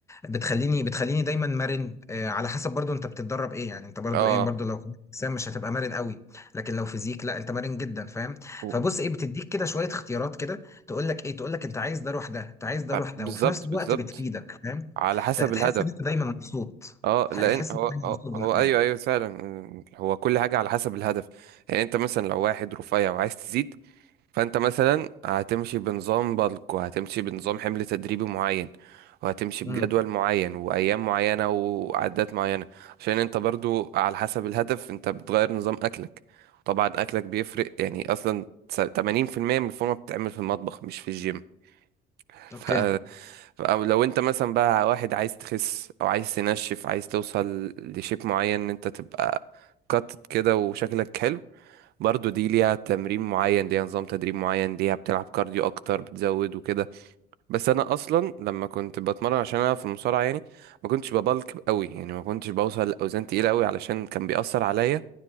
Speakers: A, on the left; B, on the right.
A: بتخليني بتخليني دايما مرن آه، على حسب برضو انت بتتدرب ايه يعني انت برضو
B: اه
A: ايه برضو لو كنت اجسام مش هتبقى مرن قوي لكن لو فيزيك لا انت مرن جدا فاهم
B: و-
A: فبص ايه بتديك كده شويه اختيارات كده تقول لك ايه تقول لك انت عايز ده روح ده انت عايز ده
B: آه،
A: روح
B: بالظبط
A: ده وفي نفس الوقت
B: بالظبط
A: بتفيدك فاهم
B: على حسب
A: ت- تحس
B: الهدف
A: ان انت دايما مبسوط
B: اه لان
A: تحس
B: هو
A: ان انت دايما
B: هو
A: مبسوط بنتائجك
B: هو ايوه ايوه فعلا آه، هو كل حاجه على حسب الهدف يعني انت مثلا لو واحد رفيع وعايز تزيد فانت مثلا هتمشي بنظام بالك وهتمشي بنظام حمل تدريبي معين وهتمشي بجدول
A: امم
B: معين وايام معينه وعدات معينه عشان انت برضو على حسب الهدف انت بتغير نظام اكلك طبعا اكلك بيفرق يعني اصلا س- 80% من الفورمه بتتعمل في المطبخ مش في الجيم <laughs>
A: اوكي
B: ف... او لو انت مثلا بقى واحد عايز تخس او عايز تنشف عايز توصل لشيب معين ان انت تبقى قطت كده وشكلك حلو برضو دي ليها تمرين معين ليها نظام تدريب معين ليها بتلعب كارديو اكتر بتزود وكده بس انا اصلا لما كنت بتمرن عشان انا في المصارعه يعني ما كنتش ببلك قوي يعني ما كنتش بوصل لاوزان تقيله قوي علشان كان بيأثر عليا